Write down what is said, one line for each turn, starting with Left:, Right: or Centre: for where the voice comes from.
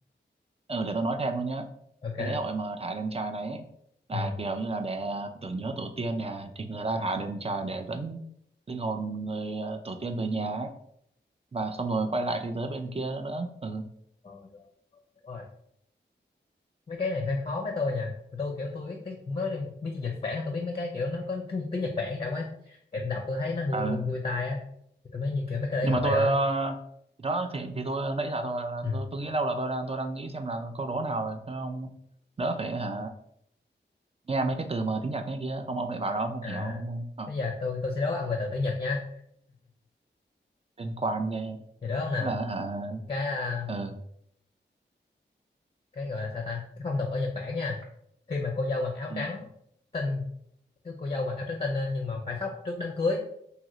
Right: ừ để tôi nói thêm luôn nhé
Left: ok
Right: cái lễ hội mà thả đèn trời này ấy, là
Left: ừ.
Right: kiểu như là để ờ, tưởng nhớ tổ tiên nè thì người ta thả đèn trời để dẫn linh hồn người ờ, tổ tiên về nhà ấy, và xong rồi quay lại thế giới bên kia nữa nữa.
Left: Rồi, rồi. rồi. mấy cái này hơi khó với tôi nha tôi kiểu tôi biết tiếng nói chung biết chữ Nhật Bản là tôi biết mấy cái kiểu nó có tiếng, tiếng Nhật Bản trọng ấy kiểu đọc tôi thấy nó vui
Right: ừ
Left: vui, vui tai á tôi mới như kiểu mấy cái lễ
Right: nhưng
Left: hội
Right: mà tôi
Left: rồi á
Right: ờ, thì đó thì thì tôi nãy giờ tôi là
Left: ừ.
Right: tôi, tôi nghĩ lâu là tôi đang tôi đang nghĩ xem là câu đố nào rồi cho ông đỡ phải hả nghe mấy cái từ mà tiếng Nhật cái kia không ông lại bảo là ông không
Left: à
Right: hiểu ông không học
Left: bây giờ tôi tôi sẽ đố ông về từ tiếng Nhật nha
Right: liên quan ghê
Left: thì đố ông nè
Right: cũng là hả
Left: cái à,
Right: ừ
Left: cái gọi là sao ta cái phong tục ở Nhật Bản nha khi mà cô dâu mặc áo
Right: ừ
Left: trắng tinh cứ cô dâu mặc áo trắng tinh á, nhưng mà phải khóc trước đám cưới